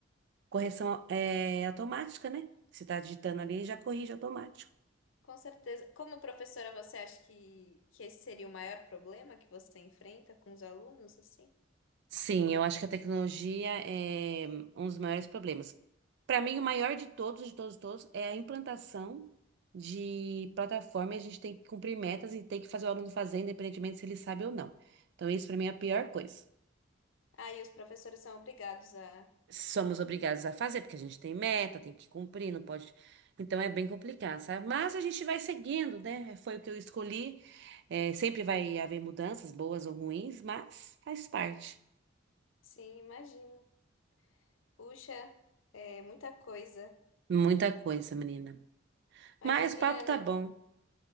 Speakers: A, on the right (about 60°); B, on the left (about 75°).
A: correção é, automática, né? Você está digitando ali e já corrige automático.
B: Com certeza. Como professora, você acha que, que esse seria o maior problema que você enfrenta com os alunos, assim?
A: Sim, eu acho que a tecnologia é um dos maiores problemas. Para mim, o maior de todos, de todos, de todos, é a implantação de plataforma. e A gente tem que cumprir metas e tem que fazer o aluno fazer, independentemente se ele sabe ou não. Então, isso para mim é a pior coisa.
B: Ah, e os professores são obrigados a.
A: somos obrigados a fazer, porque a gente tem
B: Entendi.
A: meta, tem que cumprir, não pode. Então é bem complicado, sabe? Mas a gente vai seguindo, né? Foi o que eu escolhi. É, sempre vai haver mudanças, boas ou ruins, mas faz parte.
B: Sim, imagino. Puxa, é muita coisa.
A: Muita coisa, menina.
B: Mas,
A: Mas
B: Juliana,
A: o papo tá bom.